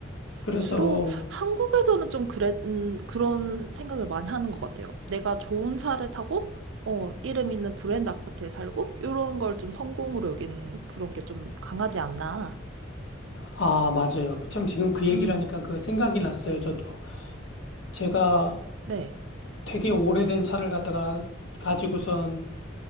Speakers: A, on the left; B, on the right.
A: 그래서
B: 주로 한국에서는 좀 그랬, 음, 그런 생각을 많이 하는 것 같아요. 내가 좋은 차를 타고, 어, 이름 있는 브랜드 아파트에 살고, 이런 걸 좀 성공으로 여기는 그런 게 좀 강하지 않나.
A: 아, 맞아요. 참 지금 그 얘기를
B: 음,
A: 하니까 그 생각이 났어요, 저도. 제가
B: 네.
A: 되게 오래된 차를 갖다가 가지고선